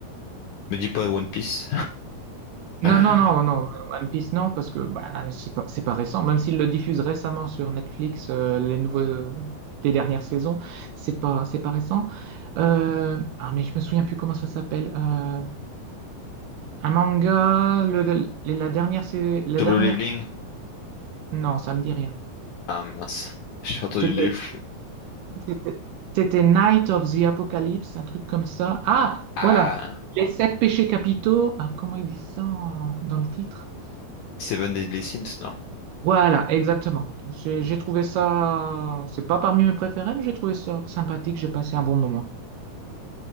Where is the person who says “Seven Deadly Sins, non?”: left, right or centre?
Left